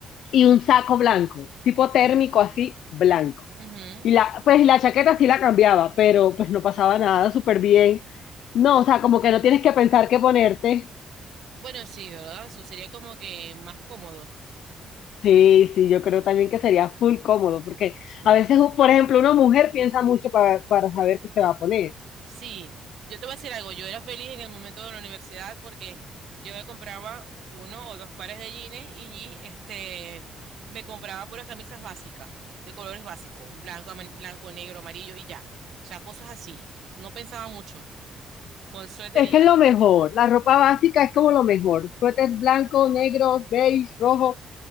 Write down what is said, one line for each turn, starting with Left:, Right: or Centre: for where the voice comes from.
Left: Y un saco blanco, tipo térmico así, blanco.
Right: ujú.
Left: Y la, pues la chaqueta sí la cambiaba, pero pues no pasaba nada, súper bien. No, o sea, como que no tienes que pensar qué ponerte.
Right: Bueno, sí, ¿verdad? Eso sería como que más cómodo.
Left: Sí, sí, yo creo también que sería full cómodo, porque
Right: Sí.
Left: a veces, por ejemplo, una mujer piensa mucho para, para saber qué se va a poner.
Right: Sí, yo te voy a decir algo, yo era feliz en el momento de la universidad porque yo me compraba uno o dos pares de jeans y este me compraba puras camisas básicas, de colores básicos, un blanco, ama- blanco, negro, amarillo y ya. O sea, cosas así. No pensaba mucho, con suéter
Left: Es
Right: y
Left: que
Right: ya.
Left: es lo mejor, la ropa básica es como lo mejor, suéter blanco, negro, beige, rojo,